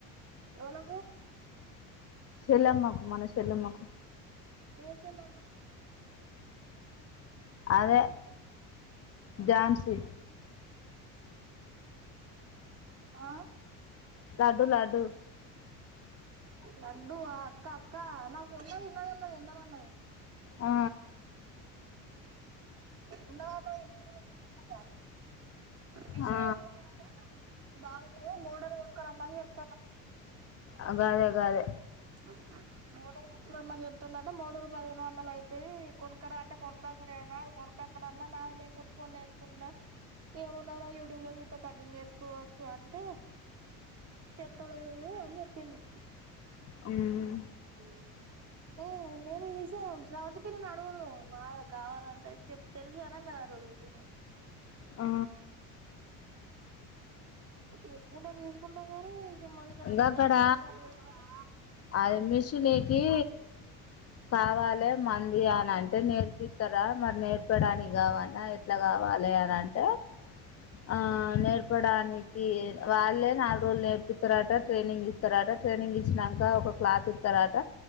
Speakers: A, on the right; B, on the left.
A: ఎవలకు
B: చెల్లెమ్మకు మన చెల్లమ్మకు
A: ఏ చెల్లెమ్మ
B: అదే జాన్సీ
A: ఆ
B: లడ్డు లడ్డు
A: లడ్డు ఆ అక్క అక్క నాకు ఉన్నది ఉన్నది ఉన్నది ఉన్నది అన్నది
B: ఆ
A: ఉన్నవన్నీ మీషిని కుడతానవా మిషని
B: ఆ,
A: ఉన్నదట బావ ను మోటర్ కొనుక్కరమ్మను చెప్
B: ఆ గదే గదే
A: <inaudible> మోటర్ కొనుక్కరమ్మని చెప్తుందంట మోటర్ పదిహేను వందలు అయితాయి కొనుక్కరా అంటే కొనుక్కచుడేన కొన్నుక్క అత్తేనన్న నాది నేను కుట్టుకొని నేర్చుకుంట ఏమున్నది రా యూట్యూబ్ లో చూత్తే కటింగ్ నేర్చుకోవచ్చు అంటే తెత్తలేడు అని చెప్పింది
B: ఉమ్
A: ఉమ్ దో నేను ఈ విషయం స్రవంతి పిన్నిని అడుగుదును నా కావాలంటే చెప్ తెలుసు అనన్నది ఆరో జు పిన్ని
B: ఆ
A: ఇగ తీసుకుంట తీసుకుంటాం గానీ ఇక మనకడ
B: ఇంకా
A: అంత
B: అక్కడ
A: డబ్బులు ఒక్కసారి లేవు కదా
B: అది మిషనీకి కావాలే మంది అని అంటే నేర్పిత్తారా మరి నేర్పడానికి కావన్న ఎట్లా కావాలే అని అంటే ఆ నేర్పడానికి వాళ్ళే నాలుగు రోజులు నే తర్వాత ట్రైనింగ్ ఇస్తారట ట్రైనింగ్ ఇచ్చినంక ఒక క్లాత్ ఇస్తారట